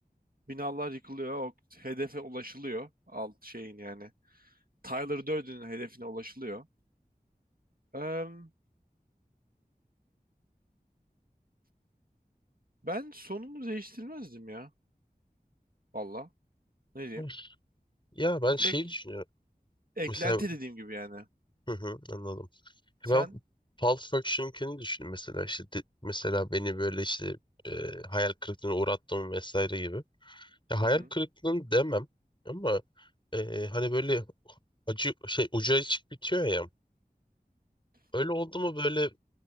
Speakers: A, on the right; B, on the left.
A: binalar yıkılıyor. O hedefe ulaşılıyor. Alt şeyin yani. Tyler Durden'in hedefine ulaşılıyor. Em, ben sonunu değiştirmezdim ya. Valla. Ne diyeyim?
B: <laughs> Ya ben şey
A: Direkt
B: düşünüyorum.
A: eklenti
B: Mesela
A: dediğim gibi yani.
B: hı hı, anladım.
A: Sen?
B: Ben Pulp Fiction'ınkini düşündüm mesela işte de- mesela beni böyle işte e, hayal kırıklığına uğrattım vesaire gibi. Ya
A: Hı
B: hayal
A: hı.
B: kırıklığını demem ama e, hani böyle acı şey ucu açık bitiyor ya. Öyle oldu mu böyle